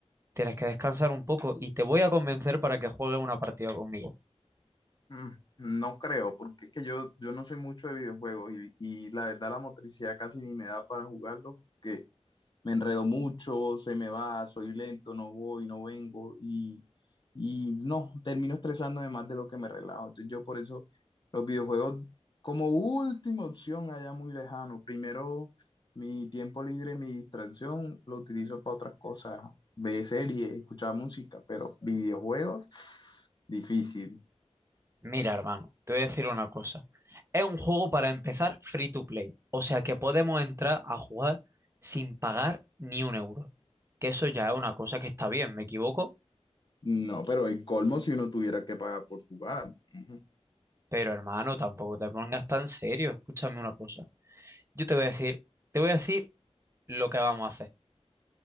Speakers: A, on the right; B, on the left.
A: Tienes que descansar un poco y te voy a convencer para que juegues una partida conmigo.
B: Mm, no creo, porque es que yo, yo no soy mucho de videojuegos y, y la verdad la motricidad casi ni me da para jugarlo, me enredo mucho, se me va, soy lento, no voy, no vengo y, y no, termino estresándome más de lo que me relajo. Entonces yo por eso los videojuegos como última opción allá muy lejano. Primero mi tiempo libre, mi distracción, lo utilizo para otras cosas, ver series, escuchar música, pero videojuegos, difícil.
A: Mira, hermano, te voy a decir una cosa. Es un juego para empezar free to play, o sea que podemos entrar a jugar sin pagar ni un euro. Que eso ya es una cosa que está bien, me equivoco,
B: No, pero el colmo si uno tuviera que pagar por jugar. Ujú.
A: pero hermano, tampoco te pongas tan serio. Escúchame una cosa. Yo te voy a decir, te voy a decir lo que vamos a hacer.